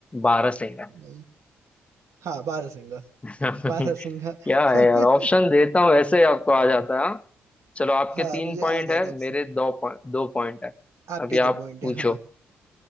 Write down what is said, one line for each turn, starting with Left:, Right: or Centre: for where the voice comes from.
Left: बारहसिंगा
Right: नहीं हाँ बारह सिंगा
Left: <laughs>
Right: बारह
Left: क्या
Right: सिंगा
Left: है
Right: <laughs>
Left: यार ऑप्शन देता हूँ वैसे ही आपको आ जाता है हाँ? चलो आपके
Right: हाँ
Left: तीन
Right: मुझे
Left: पॉइंट
Right: आ
Left: है
Right: जाता अब
Left: मेरे
Right: से।
Left: दो पॉइंट दो पॉइंट है
Right: आपके
Left: अभी
Right: दो
Left: आप
Right: पॉइंट
Left: पूछो
Right: है हाँ